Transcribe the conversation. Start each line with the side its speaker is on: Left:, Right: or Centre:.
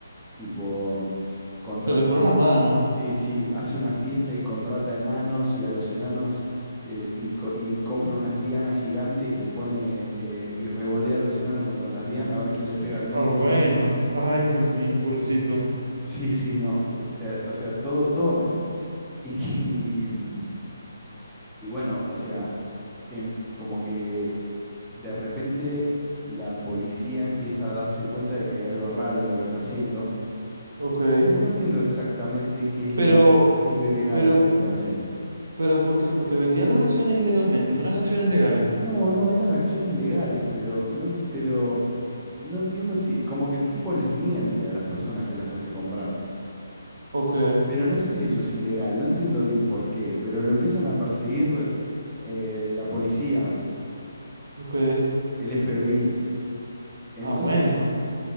Centre: tipo, contrata,
Right: Se le fueron las manos.
Centre: Sí, sí, hace una fiesta y contrata enanos y a los enanos eh, y, co- y compra unas dianas gigantes y le pone eh, y revolea a los enanos contra las dianas a ver quién le pega al medio,
Right: Ah, bueno.
Centre: o sea,
Right: Ay, Dios mío, pobrecito.
Centre: sí, sí, no, eh, te- o sea, todo, todo mal. <laughs> Y, mm, y bueno, o sea, em- como que de repente la policía empieza a darse cuenta de que hay algo raro en lo que está haciendo,
Right: Ok.
Centre: que que no entiendo exactamente qué es lo,
Right: Pero,
Centre: ile- qué es lo ilegal
Right: pero,
Centre: de lo que hace.
Right: pero, ¿por qué? Porque vendía las acciones ilegalmente, no eran acciones legales.
Centre: No, no, eran acciones legales, pero no, en- pero no entiendo si, como que el tipo les miente a las personas que las hace comprar.
Right: Ok.
Centre: Pero no sé si eso es ilegal, no entiendo bien por qué, pero lo empiezan a perseguir eh, la policía,
Right: Ok.
Centre: el FBI. Entonces,
Right: Ah, bueno.